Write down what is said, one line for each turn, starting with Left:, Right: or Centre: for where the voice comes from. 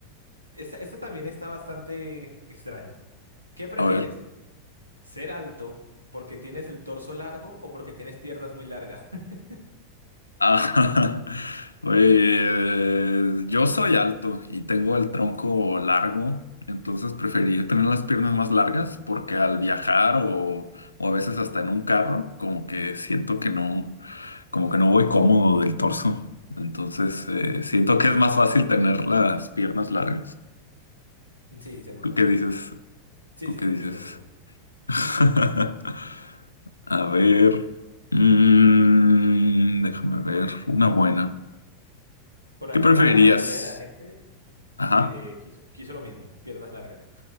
Right: Esta, esta también está bastante extraña. ¿Qué prefieres?
Left: A ver.
Right: ¿Ser alto porque tienes el torso largo o porque tienes piernas muy largas? <laughs>
Left: Ah, <laughs> pues yo soy alto y tengo el tronco largo, entonces preferí tener las piernas más largas porque al viajar o, o a veces hasta en un carro, como que siento que no, como que no voy cómodo del torso. Entonces eh, siento que es más fácil tener las piernas largas.
Right: Sí, seguramente.
Left: ¿Tú qué dices?
Right: Sí,
Left: ¿Tú
Right: sí,
Left: qué dices?
Right: opino lo mismo.
Left: <laughs> A ver, mm, déjame ver, una buena.
Right: Por
Left: ¿Qué
Right: aclarar,
Left: preferirías?
Right: la mayoría de la gente
Left: Ajá,
Right: pi- eh, quiso, quiso lo mismo, piernas largas.